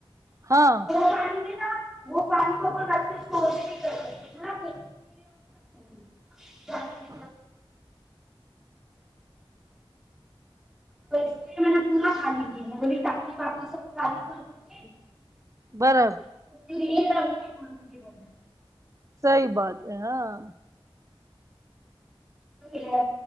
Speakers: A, on the right (about 35°); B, in the centre.
A: ہاں
B: پانی ا وہ پانی کووپر ر کے چوری نہیں کر سکتے تھے
A: <inaudible>
B: تو اسے میں نے پورا خالی کی میں بولی تی واپی سب خالی کر دوں گی
A: بر <inaudible>
B: گی <unintelligible>
A: صحی بات ہے ہاں
B: وہ